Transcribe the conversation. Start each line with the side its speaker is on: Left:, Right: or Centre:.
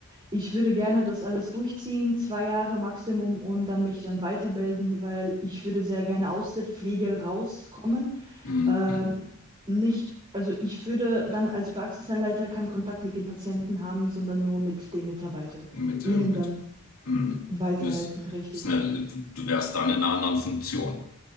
Right: Ich würde gerne das alles durchziehen, zwei Jahre Maximum und dann mich dann weiterbilden, weil ich würde sehr gerne aus der Pflege rauskommen.
Left: hm, hm.
Right: Ähm,
Left: hm.
Right: nicht, also ich würde dann als Praxisanleiter keinen Kontakt mit den Patienten haben, sondern nur mit den Mitarbeitern,
Left: Mit
Right: Ihnen
Left: dem, mit,
Right: dann
Left: hm.
Right: weiterhelfen,
Left: Das
Right: richtig.
Left: ist eine, du wärst dann in einer anderen Funktion.